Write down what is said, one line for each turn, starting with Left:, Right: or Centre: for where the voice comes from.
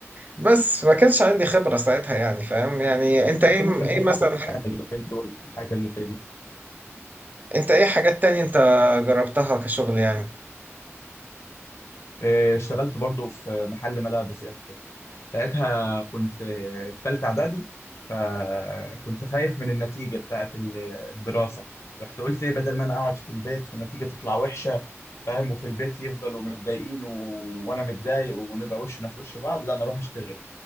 Right: بس ما كانش عندي خبرة ساعتها يعني فاهم يعني انت ايه
Left: انت ممكن
Right: ايه
Left: تحاول
Right: مثلا
Left: تاني اليومين دول في الحاجه اللي زي دي
Right: انت ايه حاجات تانية انت جربتها كشغل يعني
Left: إيه اشتغلت برضو في محل ملابس يا اسطى ساعتها كنت في تالتة إعدادي فكنت خايف من النتيجة بتاعة الدراسة رحت قلت إيه بدل ما أنا أقعد في البيت والنتيجة تطلع وحشة فاهم وفي البيت يفضلوا متضايقين و... وأنا متضايق ونبقى وشنا في وش بعض لا أنا أروح أشتغل